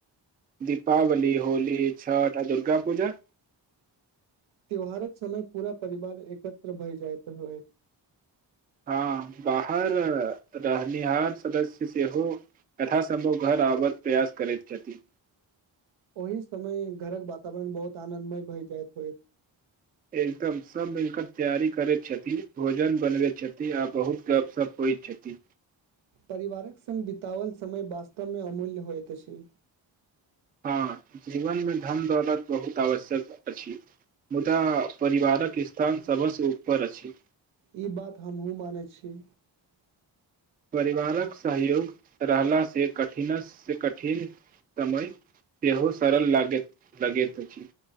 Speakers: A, on the right (about 20°); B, on the right (about 85°).
A: दीपावली होली छठ आ दुर्गा पूजा
B: त्यौहारक समय पूरा परिवार एकत्र भए जाइत होइत
A: हँ बाहर रहनिहार सदस्य सेहो यथा सम्ूह घर आबक प्रयास करैत छथि
B: ओहि समय घरक वातावरण बहुत आनन्दमय भए जायइत होइत
A: एकदम सभ मिल क तैयारी करैत छथिन भोजन बनबैत छथिन आ बहुत गपशप होइत छथि
B: परिवारक सङ्ग बिताओल समय वास्तवमे अमूल्य होइत अछि
A: हँ जीवनमे धन दौलत बहुत आवश्यक अछि मुदा परिवारक स्थान सभसँ ऊपर अछि
B: ई बात हमहुँ मानैत छी
A: परिवारक सहयोग रहलासे कठिनसँ कठिन समय सेहो सरल लागैत लगैत अछि